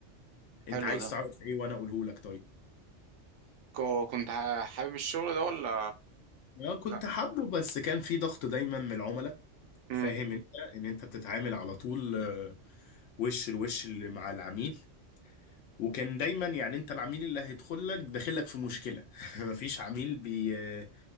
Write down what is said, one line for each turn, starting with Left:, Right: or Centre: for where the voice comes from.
Left: انت
Right: حلو
Left: عايز
Right: ده
Left: تعرف ايه وانا اقوله لك طيب
Right: كو- كنت ح- حابب الشغل ده ولا
Left: آه، كنت
Right: لا
Left: حابه بس كان في ضغط دايما من العملاء
Right: امم
Left: فاهم انت ان انت بتتعامل على طول آه، وش الوش اللي مع العميل وكان دايما يعني انت العميل اللي هيدخل لك داخل لك في مشكله <laughs> مفيش عميل بي آه،